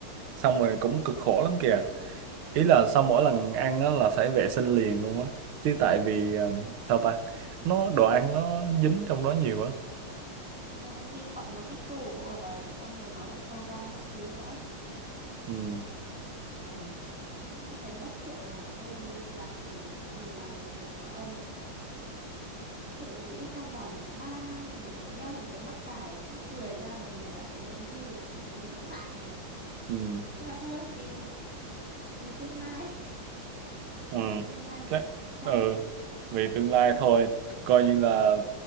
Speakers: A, on the right; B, in the centre.
A: xong rồi cũng cực khổ lắm kìa ý là sau mỗi lần ăn á là phải vệ sinh liền luôn á chứ tại vì ờ, sao ta nó đồ ăn nó dính trong đó nhiều á
B: à, vi khuẩn nó tích tụ ở đấy xong rồi nó lại sâu răng các thứ nữa
A: ừ,
B: Ờ, cũng thấy bất tiện nhỉ tôi đặt trường- mình là trường hợp của ông Thử nghĩ trong vòng 3 năm mình đeo một cái mắc cài cứ cười ra là người ta thấy đen thui thấy cũng ngại nhỉ
A: ừ.
B: nhưng mà thôi vì vì tương lai
A: ừ
B: vì tương lai một
A: chắc
B: chàng
A: ừ
B: trai
A: vì tương lai thôi coi như là